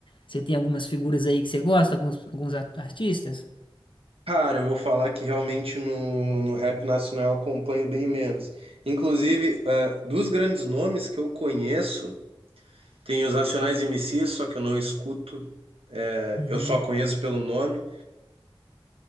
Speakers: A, on the left (about 60°); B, on the right (about 85°).
A: você tem algumas figuras aí que você gosta, alguns, alguns a- artistas?
B: Cara, eu vou falar que realmente no, no rap nacional eu acompanho bem menos. Inclusive, eh, dos grandes nomes que eu conheço, tem os Racionais MCs, só que eu não escuto, eh,
A: Uhum.
B: eu só conheço pelo nome.